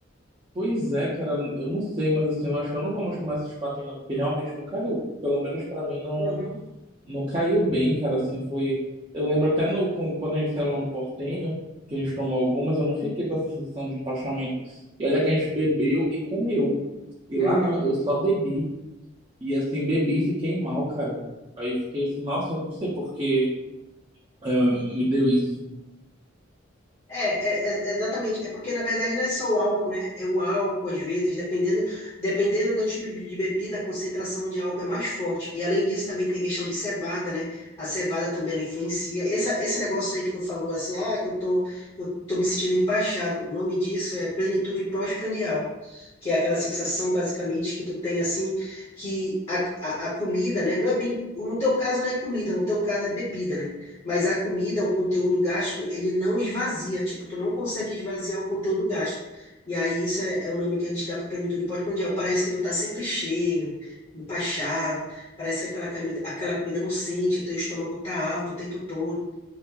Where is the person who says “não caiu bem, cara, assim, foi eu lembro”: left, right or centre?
Right